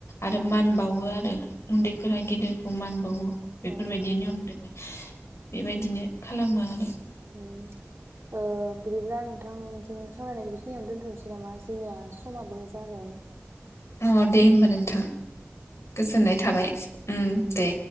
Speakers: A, on the left; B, on the right.
A: आरो
B: औ
A: मान बावो आरो। उन्दैफोरा गेदेरखौ मान बावो। बेफोरबायदिनो
B: औ
A: नियम दोङो। बेबायदिनो खालामो आरो।
B: उम ओ बिदिब्ला नोंथांजों सावरायनायखौ बिखिनियावनो दोनथ'नोसै नामा जोंनिया समाबो जाबाय।
A: अ दे होमबा नों थां गोजोननाय थाबाय ओम
B: उम
A: दे।